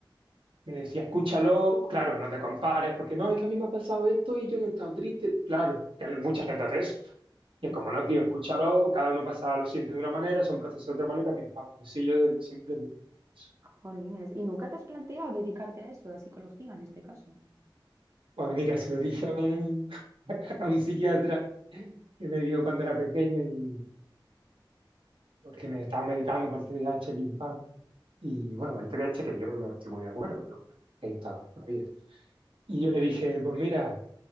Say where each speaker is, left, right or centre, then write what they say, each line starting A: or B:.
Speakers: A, on the right; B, on the right.
A: Me decía, escúchalo, claro, no te compares, porque no, es que a mí me ha pasado esto y yo no he estado triste. Claro, que mucha gente hace eso. Y
B: ya
A: es como, no, tío, escúchalo, cada uno pasa lo siguiente de una manera, son procesos de otra manera, pim pam. Pero sí, yo desde siempre tengo eso.
B: Jolines, ¿y nunca te has planteado dedicarte a eso, a psicología en este caso?
A: Pues mira, se lo dije a un, <laughs> a un psiquiatra que me vio cuando era pequeño y porque me estaba medicando para el T D A H pim pam. Y bueno, para el T D A H que yo no estoy muy de acuerdo, pero bueno, ahí estaba, no había. Y yo le dije, pues mira.